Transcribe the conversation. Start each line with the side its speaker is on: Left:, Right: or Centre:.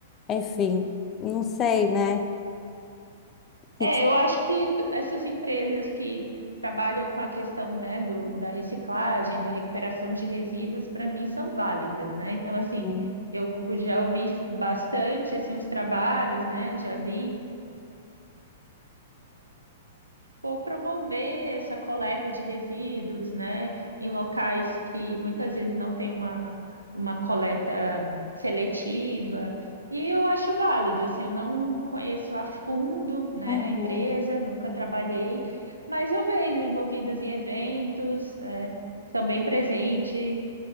Left: Enfim, não sei, né? O que
Right: É,
Left: que
Right: eu acho que t- essas empresas que trabalham com a questão, né, do, da reciclagem, da recuperação de resíduos, para mim são válidas, né? Então, assim,
Left: são-
Right: eu já ouvi bastante, assim, os trabalhos, né? Já vi por promover essa coleta de resíduos, né, em locais que muitas vezes não tem uma, uma coleta seletiva. E eu acho válido, assim, eu não conheço a fundo, né,
Left: Uhum.
Right: a empresa, nunca trabalhei, mas eu vejo envolvidas em eventos, é, estão bem presentes,